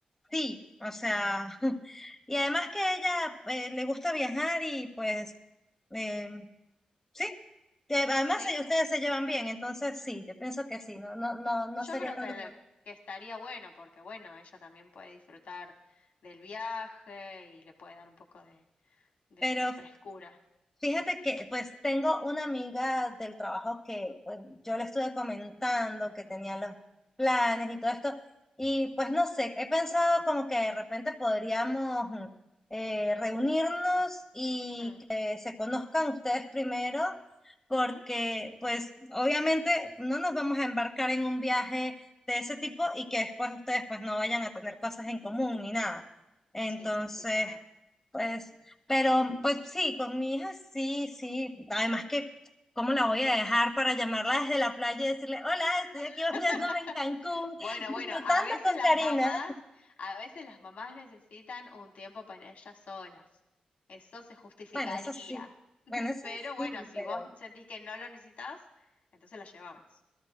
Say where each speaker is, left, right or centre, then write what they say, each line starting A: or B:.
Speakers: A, on the left (about 15°); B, on the left (about 70°).
A: sí, o sea, <laughs> y además que a ella eh, le gusta viajar y pues eh, sí, que además
B: ¿Sí?
A: eh, ustedes se llevan bien, entonces sí, yo pienso que sí, no, no, no, no
B: Yo
A: sería
B: creo
A: tanto
B: que,
A: problema.
B: le- que estaría bueno porque, bueno, ella también puede disfrutar del viaje y le puede dar un poco de, de
A: Pero
B: frescura.
A: Fíjate que pues tengo una amiga del trabajo que pues yo le estuve comentando que tenía los planes y todo esto y pues no sé, he pensado como que de repente podríamos mm, eh, reunirnos y
B: Mm,
A: que se conozcan ustedes primero porque
B: ujú.
A: pues obviamente no nos vamos a embarcar en un viaje de ese tipo y que después ustedes pues no vayan a tener cosas en común ni nada. Entonces,
B: Sí, sí, es verdad.
A: pues, pero pues sí, con mi hija sí, sí. Además que, ¿cómo la voy a dejar para llamarla desde la playa y decirle, hola, estoy aquí
B: <laughs>
A: <laughs> bañándome en Cancún,
B: Bueno,
A: disfrutando
B: bueno, a veces
A: con
B: las
A: Karina?
B: mamás, a veces las mamás necesitan un tiempo para ellas solas. Eso se justificaría.
A: Bueno, eso sí.
B: <laughs>
A: Bueno, eso
B: Pero
A: sí,
B: bueno, si
A: pero...
B: vos sentís que no lo necesitas, entonces la llevamos.